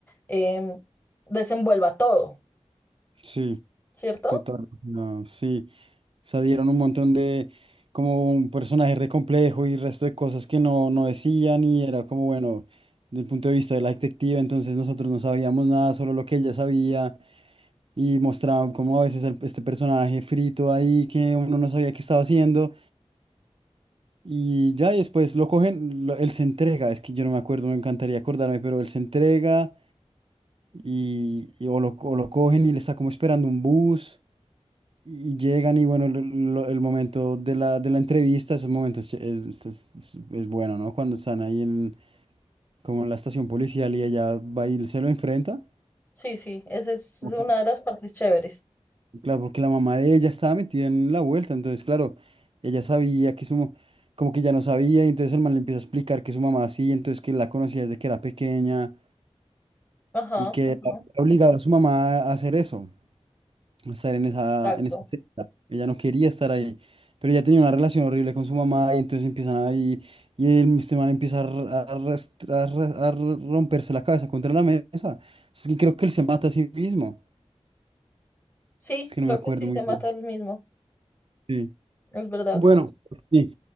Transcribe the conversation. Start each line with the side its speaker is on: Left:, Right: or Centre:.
Left: em, desenvuelva todo,
Right: Sí,
Left: ¿cierto?
Right: total. No, sí. O sea, dieron un montón de, como un personaje re complejo y resto de cosas que no, no decían y era como, bueno, desde el punto de vista de la detective, entonces nosotros no sabíamos nada, solo lo que ella sabía. y mostraban como a veces al- este personaje frito ahí que uno no sabía qué estaba haciendo y ya y después lo cogen, lo- él se entrega, es que yo no me acuerdo, me encantaría acordarme, pero él se entrega y, y o lo, o lo cogen y le está como esperando un bus y llegan y bueno, lo- lo- el momento de la, de la entrevista, esos momentos ch- es, es, es- es bueno, ¿no? Cuando están ahí en, como en la estación policial y ella va y se lo enfrenta.
Left: Sí, sí, esa es
Right: Ujú.
Left: una de las partes chéveres.
Right: Claro, porque la mamá de ella estaba metida en la vuelta, entonces, claro, ella sabía que su, mo- como que ya no sabía, y entonces el man le empieza a explicar que su mamá así, entonces que la conocía desde que era pequeña
Left: Ajá,
Right: y que
Left: ajá,
Right: la- era obligada a su mamá a hacer eso, a estar en esa,
Left: exacto.
Right: en esa secta. Ella no quería estar ahí, pero ella tenía una relación horrible con su mamá y entonces empiezan ahí, y el, este man empieza a, r- a rastra- a ra- a r- romperse la cabeza contra la mesa. Es que creo que él se mata a sí mismo,
Left: Sí,
Right: es que
Left: creo
Right: no me acuerdo
Left: que sí
Right: muy
Left: se mata
Right: bien.
Left: el mismo,
Right: sí.
Left: es verdad.
Right: Bueno, sí,